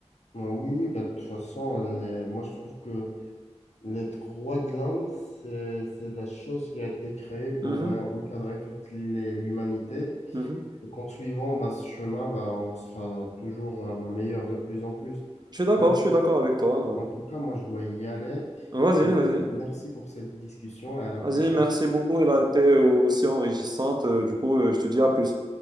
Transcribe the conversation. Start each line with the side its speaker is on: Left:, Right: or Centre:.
Left: Ouais, Oui, oui, bah, de toute façon, les- moi je trouve que les droits de l'homme, c'est c'est la chose qui a été créée pour
Right: Mhm,
Left: euh, encadrer toute les- l'humanité.
Right: mhm.
Left: Et qu'en suivant bah, ce chemin, bah, on sera toujours euh, bah, meilleur de plus en plus.
Right: Je suis d'accord,
Left: En,
Right: je suis d'accord avec toi.
Left: en tout cas, moi, je dois y aller.
Right: Vas-y,
Left: Je te dis
Right: vas-y.
Left: merci pour cette discussion et à la prochaine.
Right: Vas-y, merci beaucoup. Elle a été aussi enrichissante. Euh, Du coup, euh, je te dis à plus.